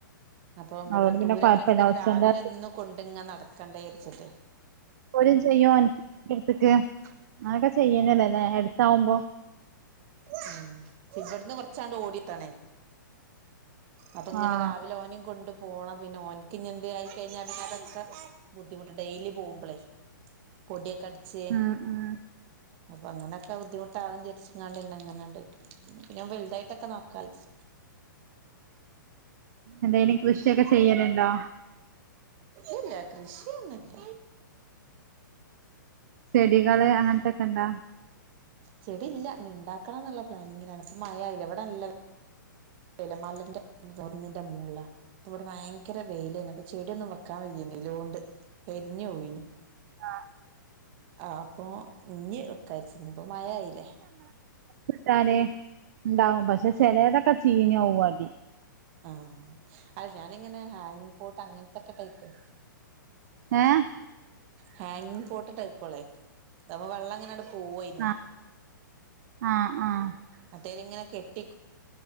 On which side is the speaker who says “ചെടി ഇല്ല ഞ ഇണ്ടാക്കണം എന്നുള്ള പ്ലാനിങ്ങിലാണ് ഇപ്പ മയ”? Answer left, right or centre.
Right